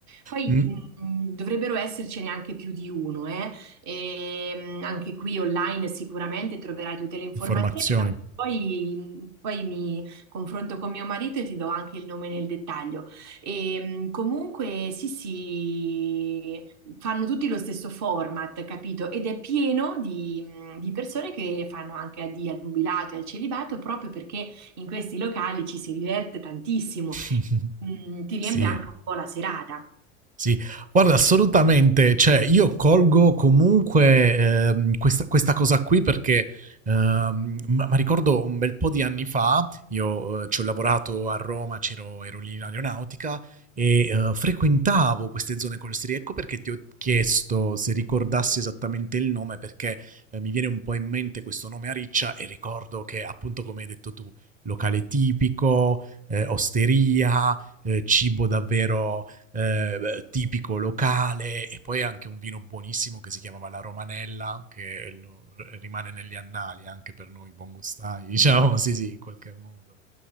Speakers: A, on the right (about 45°); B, on the right (about 20°).
A: Poi
B: Mh,
A: mh, dovrebbero essercene anche più di uno, eh? E, mh, anche qui online sicuramente troverai tutte le informazioni,
B: informazioni.
A: ma poi, mm, poi mi confronto con mio marito e ti do anche il nome nel dettaglio. E, mh, comunque sì, sì, fanno tutti lo stesso format, capito? Ed è pieno di, mh, di persone che fanno anche di al nubilato e al celibato proprio perché in questi locali ci si diverte tantissimo.
B: <laughs>
A: Mm, ti riempie
B: Sì.
A: anche un po' la serata.
B: Sì, guarda, assolutamente, cioè io colgo comunque ehm, questa, questa cosa qui perché ehm, ma ma ricordo un bel po' di anni fa, io eh, ci ho lavorato a Roma, c'ero, ero lì in aeronautica e eh, frequentavo queste zone costiere, ecco perché ti ho chiesto se ricordassi esattamente il nome perché eh, mi viene un po' in mente questo nome a riccia e ricordo che appunto come hai detto tu, locale tipico, eh, osteria, eh, cibo davvero eh, tipico locale e poi anche un vino buonissimo che si chiamava la Romanella, che lo- rimane negli annali anche per noi buongustai, <laughs> diciamo, sì sì, in qualche modo.